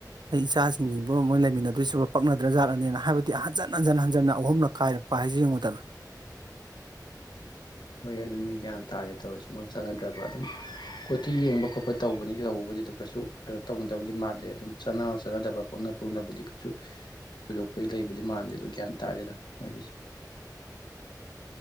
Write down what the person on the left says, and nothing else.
ꯍꯣꯏ ꯑꯗꯨꯅꯤ ꯒ꯭ꯌꯥꯟ ꯇꯥꯔꯁꯦ ꯇꯧꯔꯤꯁꯦ ꯃꯣꯏ ꯆꯥꯟꯅꯗ꯭ꯔꯕ ꯑꯗꯨꯝ ꯀꯣꯊꯤ ꯌꯦꯡꯕ ꯈꯣꯠꯄ ꯇꯧꯕꯅꯤ ꯇꯧꯕꯕꯨꯗꯤ ꯑꯗꯨ ꯀꯩꯁꯨ ꯀꯩꯅꯣ ꯇꯧꯅꯗꯕꯨꯗꯤ ꯃꯥꯟꯂꯦ ꯑꯗꯨꯝ ꯆ ꯆꯠꯅꯗꯕ ꯄꯛꯅ ꯄꯛꯕꯨꯗꯤ ꯀꯩꯁꯨ ꯊꯣꯏꯗꯣꯛꯄꯗꯤ ꯂꯩꯕꯨꯗꯤ ꯃꯥꯟꯗꯦ ꯑꯗꯨꯣ ꯒ꯭ꯌꯥꯟ ꯇꯥꯗꯦ ꯗ ꯃꯣꯏꯒꯤꯁꯦ꯫